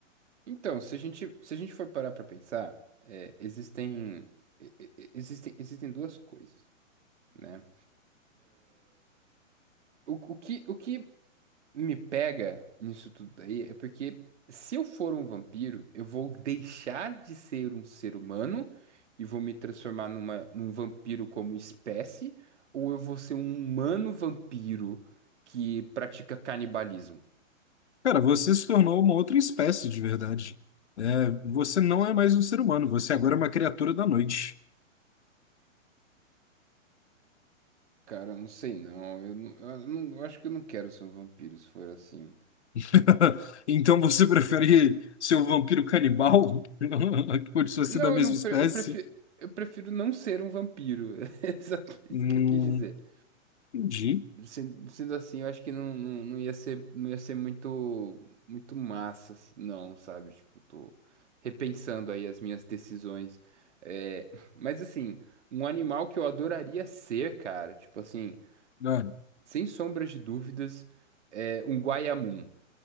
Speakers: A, on the right (about 60°); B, on the left (about 55°).
A: Então, se a gente, se a gente for parar pra pensar, é, existem, e- e- existem, existem duas coisas, né? O, o que, o que me pega nisso tudo daí é porque se eu for um vampiro, eu vou deixar de ser um ser humano e vou me transformar numa, num vampiro como espécie, ou eu vou ser um humano vampiro que pratica canibalismo?
B: Cara, você se tornou uma outra espécie de verdade. É, você não é mais um ser humano, você agora é uma criatura da noite.
A: Cara, eu não sei não. Eu, não, eu não- eu acho que eu não quero ser um vampiro se for assim.
B: <laughs> Então você prefere ser um vampiro canibal? <laughs> Que continua
A: Não,
B: ser da mesma
A: eu não,
B: espécie?
A: pre- eu prefiro, eu prefiro não ser um vampiro. <laughs> É exatamente
B: Hum,
A: isso que eu quis dizer.
B: entendi.
A: Sendo, sendo assim, eu acho que não, não, não ia ser, não ia ser muito, muito massa, assim, não, sabe? Tipo, tô repensando aí as minhas decisões. É, mas assim, um animal que eu adoraria ser, cara, tipo assim,
B: Cara,
A: sem sombras de dúvidas, é um guaiamum.